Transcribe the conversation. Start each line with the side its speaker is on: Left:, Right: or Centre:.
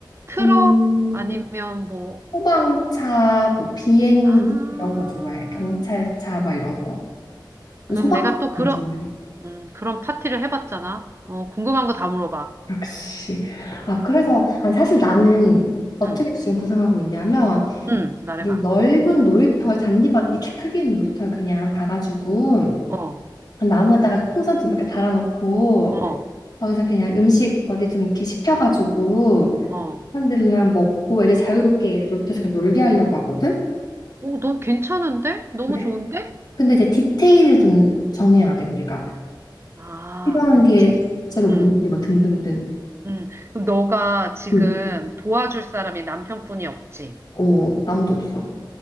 Right: 트럭
Left: 음,
Right: 아니면 뭐,
Left: 소방차, 뭐 비행기
Right: 아,
Left: 이런 거 좋아해. 경찰차 막 이런 거.
Right: 그럼
Left: 소방차
Right: 내가 또 그런,
Left: 제일 좋아해.
Right: 음, 그런 파티를 해봤잖아. 어, 궁금한 거 다 물어봐.
Left: 역시. 아, 그래서 아, 사실 나는 어떻게
Right: 응,
Left: 지금 구성하고 있냐면
Right: 응, 말해봐.
Left: 이 넓은 놀이터 잔디밭 이렇게 크게 있는 놀이터 그냥 가가지고
Right: 어,
Left: 나무에다가 풍선 좀 이렇게 달아놓고
Right: 어,
Left: 거기서 그냥 음식 어디 좀 이렇게 시켜가지고
Right: 어.
Left: 사람들이랑 먹고 애들 자유롭게 애들 놀이터에서 그냥 놀게 하려고 하거든.
Right: 오, 너무 괜찮은데? 너무
Left: 그래?
Right: 좋은데?
Left: 근데 이제 디테일을 좀 정해야 돼 우리가.
Right: 아,
Left: 필요한 게
Right: 지금,
Left: 실제로 뭔지
Right: 음,
Left: 막 등등등.
Right: 음. 그럼 너가 지금
Left: 응.
Right: 도와줄 사람이 남편뿐이 없지.
Left: 어, 아무도 없어.